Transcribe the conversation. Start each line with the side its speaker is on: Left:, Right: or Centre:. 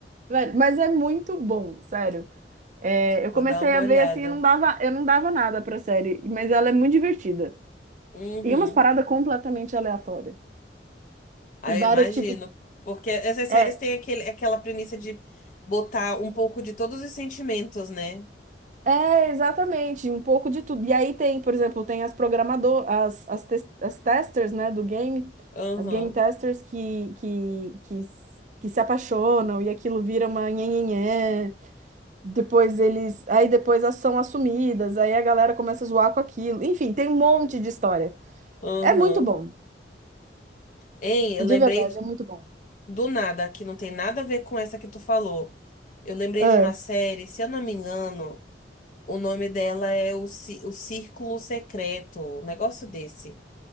Right: Velho, mas é muito bom, sério. É, eu
Left: Vou
Right: comecei
Left: dar uma
Right: a
Left: olhada.
Right: ver assim, eu não dava, eu não dava nada pra série, mas ela é muito divertida.
Left: Uhum.
Right: E umas paradas completamente aleatórias.
Left: Aí
Right: E várias
Left: eu imagino.
Right: tipos.
Left: Porque essas séries
Right: É,
Left: têm aquele, aquela premissa de botar um pouco de todos os sentimentos, né?
Right: é, exatamente, um pouco de tudo. E aí tem, por exemplo, tem as programador, as, as, tes- as testers, né, do game,
Left: Aham.
Right: as game testers que, que, que, s- que se apaixonam e aquilo vira uma nhenhenhé. Depois eles, aí depois elas são assumidas, aí a galera começa a zoar com aquilo. Enfim, tem um monte de história.
Left: Aham.
Right: É muito bom,
Left: Hein, eu
Right: de
Left: lembrei
Right: verdade, é muito bom.
Left: do nada, que não tem nada a ver com essa que tu falou. Eu lembrei
Right: É.
Left: de uma série, se eu não me engano, o nome dela é O, Ci- o Círculo Secreto, um negócio desse.